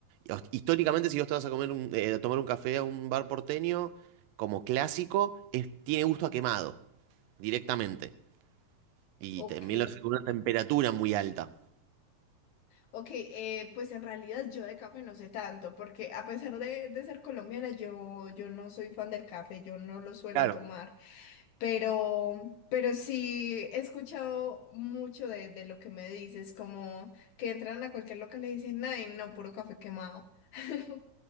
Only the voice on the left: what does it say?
Ok,
ok, eh, pues en realidad yo de café no sé tanto, porque a pesar de, de ser colombiana, yo, yo no soy fan del café, yo no lo suelo
tomar. Pero, pero sí he escuchado mucho de, de lo que me dices, como que entran a cualquier local y le dicen, ay, no, puro café quemado. <laughs>